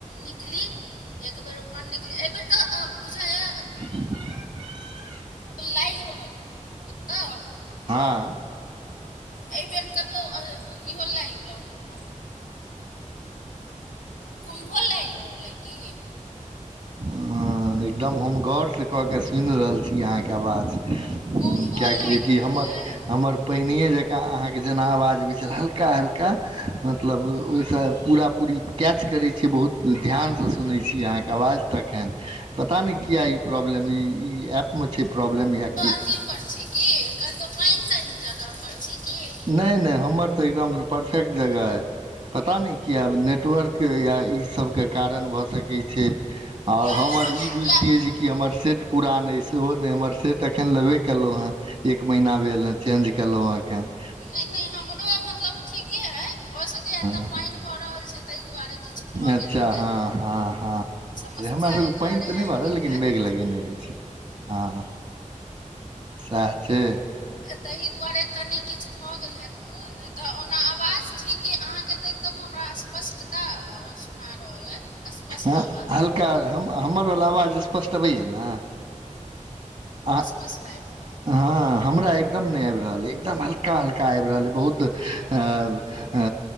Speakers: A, on the left; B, on the right.
A: निकली एक बेर उम्हर निकली एइ बेर तऽ अ बुझाइयै
B: <unintelligible>
A: ओ लागि रहल ओत
B: हँ
A: अइ बेर कतउ अ इहो लागि रहल अइ न कुम्भो लाइग रहल अइ की?
B: हँ एकदम हम गौरसे कऽ के सुनि रहल छी अहाँके आवाज।
A: कुम्भो
B: किएक
A: लागि
B: जेकि
A: रहल
B: हमर
A: अइ
B: हमर पहिनैयै जकाँ अहाँके जेना आवाज अबै छल हल्का हल्का मतलब ओइस पूरा पूरी कैच करै छै बहुत ध्यानस सुनै छी अहाँके आवाज। तखनि पता नै किया ई प्रॉब्लम ई ई एप मे छै प्रॉब्लम या की
A: अथी पर छी की कतउ पाइन ताइन जगह पर छी की?
B: नै नै हमर तऽ एकदम परफेक्ट जगह कि। पता नै कियै आब नेटवर्क या इसबके कारण भऽ सकै छै। और
A: अँ
B: हमर ई बुझतियै
A: किया
B: जेकि हमर सेट पुरान अइ सेहो नै हमर सेट एखन लेबे केलहुँ हैं। एक महीना भेल हैं चेंज केलौं हैं एखेन।
A: नै नै हमरो मतलब ठीके अइ भऽ सक
B: हं हं
A: भऽ रहल छै तइ दुआरे किछु भऽ
B: अच्छा
A: गेल हेतै
B: हां हां हां
A: समस्या
B: नै हमरासभके
A: एहि दुआरे
B: पाइन तऽ नहि
A: आबि
B: भ रहल
A: गेल
B: लेकिन
A: हैत
B: मेघ लगेने अइछ। हां सैह छै।
A: तहि दुआरे कनि किछु भऽ गेल हैत <unintelligible> तऽ ओना आवाज ठीके अहाँके तऽ एकदम हमरा स्पष्टता अ सुना रहल अइ। स्पष्ट
B: हँ
A: आवाज
B: हल्का हम हमरबला आवाज स्पष्ट अबैए ने? आहाँ
A: पस्ट आइब
B: हँ हमरा एकदम नै आबि रहल अइ एकदम हल्का हल्का आबि रहल अइ बहुत अऽ अ